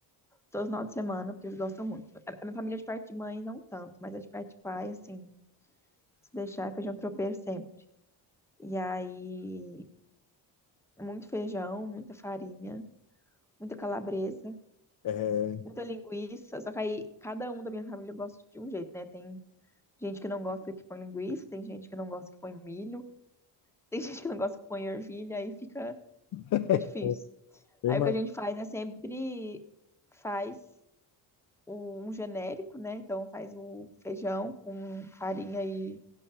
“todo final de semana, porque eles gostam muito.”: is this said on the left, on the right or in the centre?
Centre